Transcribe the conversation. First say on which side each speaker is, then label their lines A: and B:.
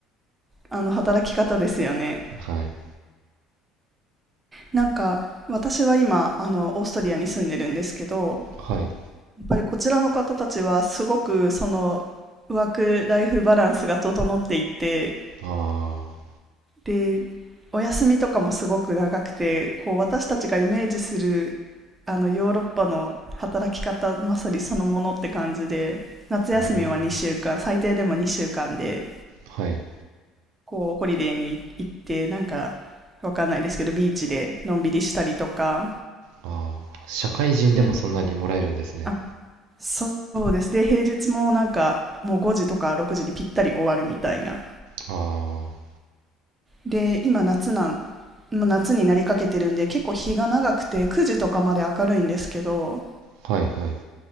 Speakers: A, on the right; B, on the right.
A: あの働き方ですよね。
B: はい。
A: なんか私は今あのオーストリアに住んでるんですけど、
B: はい。
A: やっぱりこちらの方たちはすごくそのワークライフバランスが整っていて
B: ああ、
A: でお休みとかもすごく長くてこう私たちがイメージするあのヨーロッパの働き方まさにそのものって感じで夏休みは2週間最低でも2週間で
B: うーん。はい。
A: こうホリデーに行ってなんかわかんないですけどビーチでのんびりしたりとか
B: ああ、社会人でもそんなにもらえるんですね。
A: であそうですで平日もなんかもう5時とか6時にぴったり終わるみたいな
B: あ
A: で今夏なんもう夏になりかけてるんで結構日が長くて9時とかまで明るいんですけど
B: あ、はいはい。